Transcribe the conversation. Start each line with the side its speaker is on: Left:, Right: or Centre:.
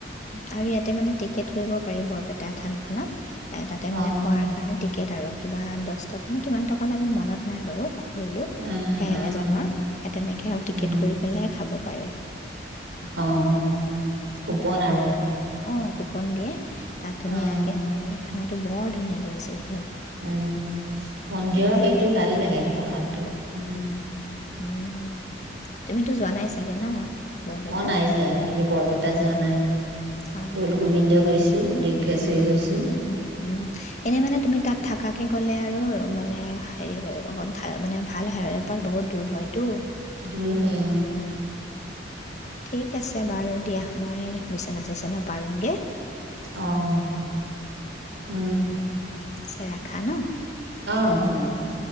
Left: আৰু ইয়াতে মানে, টিকেট কৰিব পাৰি বৰপেটা থানখনত। তাতে মানে,
Right: অ'।
Left: খোৱাৰ কাৰণে টিকেট, আৰু কিবা দহ টকা নে কিমান টক লৈ মোৰ মনত নাই বাৰু পাহৰিলোঁ
Right: উম,
Left: সেই
Right: উম,
Left: এজনৰ সেই তেনেকৈ আৰু
Right: উম,
Left: টিকেট কৰি পেলাই খাব পাৰে
Right: অ' কোপন আৰু
Left: অ' কুপন দিয়ে তাত ধুনীয়া
Right: অ',
Left: কেনেৰামি খ খানাটো বৰ ধুনীয়া লাগিছিলে
Right: উম উম মন্দিৰৰ
Left: ভাত
Right: হেইটো ভাল লাগে প্ৰসাদটো উম
Left: উম তুমিতো যোৱা নাই চাগে ন বৰপেটাত
Right: মই নাই যোৱা বৰপেটা যোৱা নাই
Left: অঁ
Right: দৌল গোবিন্দ
Left: অঁ
Right: গৈছোঁ দীৰ্ঘেশ্বৰী
Left: উম,
Right: গৈছো
Left: উম, উম, উম, এনেই মানে তাত থাকাকৈ গ'লে আৰু মানে হেৰি অকণ মানে ভাল হে এপাত বহুত দূৰ হয়তো
Right: দূৰ হয় অহ
Left: ঠিক <unintelligible> ঠিক আছে বাৰু দিয়া মই বিচনা চিচনা পাৰোঙগে
Right: অহ উম
Left: পিছে ৰাখা ন
Right: অহ হ'ব
Left: অ'।